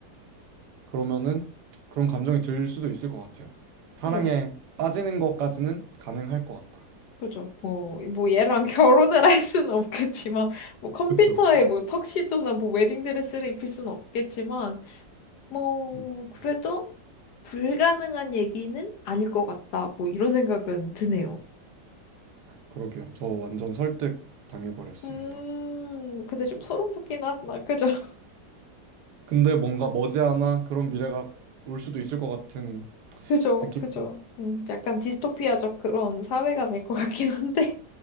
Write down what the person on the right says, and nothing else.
그러면은 그런 감정이 들 수도 있을 것 같아요. 사랑에
빠지는 것까지는 가능할 것 같다.
그쵸, 그쵸.
음.
음.
그러게요. 저 완전 설득 당해버렸습니다.
근데 뭔가 머지않아 그런 미래가 올 수도 있을 것 같은
느낌.